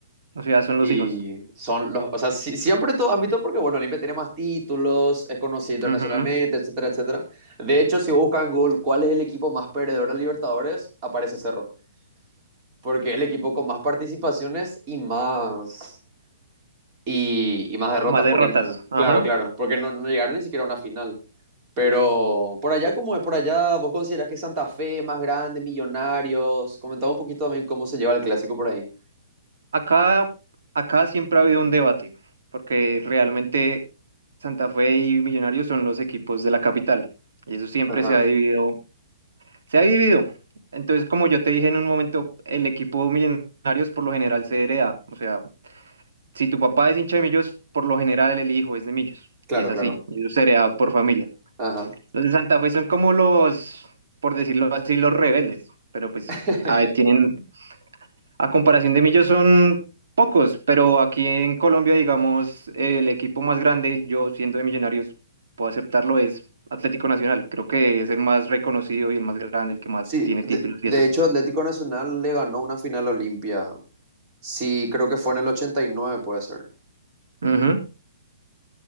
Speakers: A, on the right; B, on the right.
A: O sea, son los
B: Y
A: hijos.
B: son los, o sea, sí- siempre todo ámbito porque, bueno, Olimpia tiene más títulos, es conocido internacionalmente,
A: Ujú.
B: etcétera, etcétera. De hecho, si buscan en Google cuál es el equipo más perdedor de Libertadores, aparece Cerro, porque es el equipo con más participaciones y más, y, y más derrotas,
A: Más derrotas.
B: porque no-
A: Ajá.
B: claro, claro, porque no, no llegaron ni siquiera a una final. Pero por allá, ¿cómo es por allá? ¿Vos considerás que Santa Fe es más grande, Millonarios? Comentaba un poquito también cómo se lleva el clásico por ahí.
A: Acá, acá siempre ha habido un debate, porque realmente Santa Fe y Millonarios son los equipos de la capital, y eso siempre
B: Ajá,
A: se ha dividido. Se ha dividido. Entonces, como yo te dije en un momento, el equipo Millonarios por lo general se hereda. O sea, si tu papá es hincha de Millos, por lo general el hijo es de Millos,
B: claro,
A: y es así,
B: claro.
A: y eso se hereda por familia.
B: Ajá.
A: Los de Santa Fe son como los, por decirlo así, los rebeldes, pero pues
B: <laughs>
A: ah, tienen A comparación de Millos son pocos, pero aquí en Colombia, digamos, el equipo más grande, yo siendo de Millonarios, puedo aceptarlo, es Atlético Nacional. Creo que es el más reconocido y el más grande, el que más
B: Sí,
A: tiene
B: de,
A: títulos y
B: de
A: eso.
B: hecho Atlético Nacional le ganó una final a Olimpia. Sí, creo que fue en el 89, puede ser.
A: Ujú.